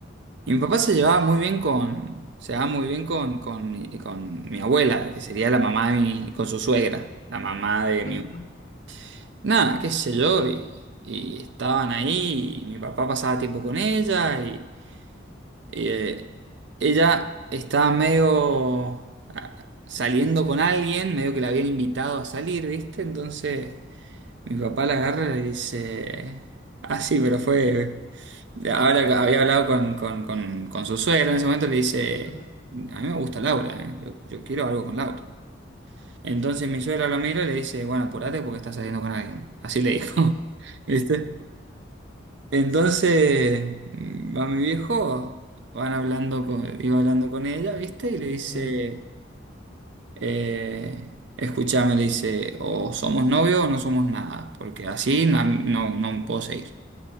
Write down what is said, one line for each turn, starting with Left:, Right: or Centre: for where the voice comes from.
Right: y mi papá se llevaba muy bien con, se llevaba muy bien con, con, mi, con mi abuela, que sería la mamá de mi, con su suegra, la mamá de
Left: ujú,
Right: mi mamá. Nada, qué sé yo, y, y estaban ahí, y mi papá pasaba tiempo con ella, y, y, eh, ella estaba medio ah, saliendo con alguien, medio que la habían invitado a salir, ¿viste? Entonces mi papá la agarra y le dice, ah, sí, pero fue, ahora que había hablado con, con, con, con su suegra en ese momento, le dice,
Left: ujú,
Right: a mí me gusta Laura, ¿eh? Yo, yo quiero algo con Laura. Entonces mi suegra lo mira y le dice, bueno, apurate porque estás saliendo con alguien. Así le dijo.
Left: ujú,
Right: <laughs> ¿Viste? Entonces mm, va mi viejo, van hablando con, iba hablando con ella, ¿viste? Y le dice,
Left: ujú.
Right: eh, escúchame, le dice, o somos novios o no somos nada, porque así no, no, no puedo seguir.